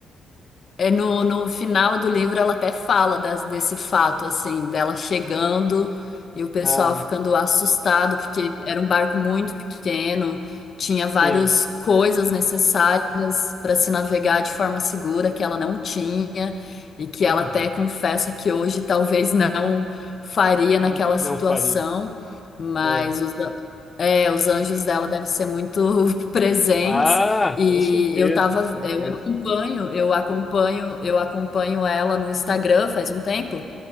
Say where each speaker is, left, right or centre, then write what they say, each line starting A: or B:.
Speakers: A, on the left; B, on the left.
A: É no, no final do livro ela até fala des- desse fato, assim, dela chegando e o pessoal
B: Ah,
A: ficando assustado, porque era um barco muito pequeno, tinha
B: sim.
A: várias coisas necessárias para se navegar de forma segura que ela não tinha, e que ela
B: Uhum.
A: até confessa que hoje talvez não faria
B: N-
A: naquela
B: Não
A: situação,
B: faria.
A: mas
B: É.
A: os, an- é, os anjos dela devem ser muito <laughs> presentes.
B: Ah,
A: E
B: com certeza,
A: eu tava.
B: certeza.
A: é, acompanho, eu acompanho, eu acompanho ela no Instagram faz um tempo.